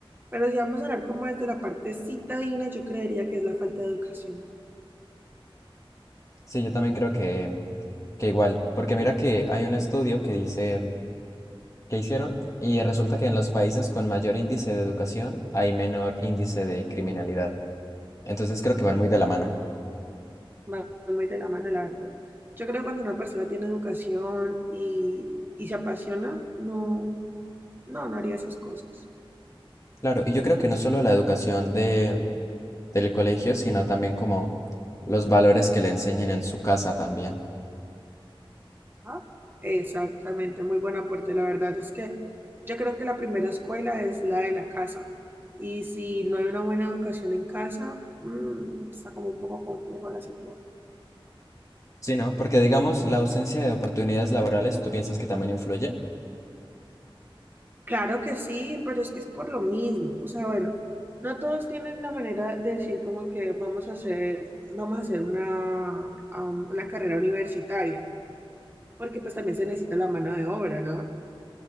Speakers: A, on the right; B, on the left.
A: Pero si vamos a hablar como es de la parte citadina, yo creería que es la falta de educación.
B: Sí, yo también creo que, que igual, porque mira que hay un estudio que dice que hicieron y resulta que en los países con mayor índice de educación hay menor índice de criminalidad. Entonces creo
A: Mm.
B: que van muy de la mano.
A: Van muy de la mano, la verdad. Yo creo que cuando una persona tiene educación y, y se apasiona, no, no, no haría esas cosas.
B: Claro, y yo creo que no solo la educación de del colegio, sino también como los valores que le enseñen en su casa también.
A: Ajá. Exactamente, muy buen aporte. La verdad es que yo creo que la primera escuela es la de la casa. Y si no hay una buena educación en casa, mm, está como un poco complejo la situación.
B: Sí, ¿no? Porque digamos, la ausencia de oportunidades laborales, ¿tú piensas que también influye?
A: Claro que sí, pero es que es por lo mismo. O sea, bueno, no todos tienen la manera de decir como que vamos a hacer, vamos a hacer una, am, una carrera universitaria, porque pues también se necesita la mano de obra, ¿no?